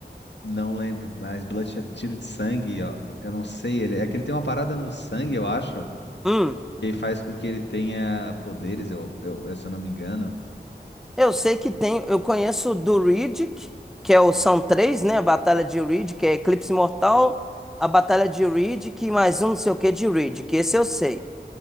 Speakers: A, on the left; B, in the centre.
A: não lembro, mas Bloodshot, é tiro de sangue, ó. Eu não sei, ele, é que ele tem uma parada no sangue, eu acho,
B: Hum.
A: que faz com que ele tenha poderes, eu, eu, eu- se eu não me engano.
B: Eu sei que tem. Eu conheço o do Riddick, que é o, são três, né? A Batalha de Riddick, que é Eclipse Mortal, a Batalha de Riddick e mais um não sei o que de Riddick. Esse eu sei.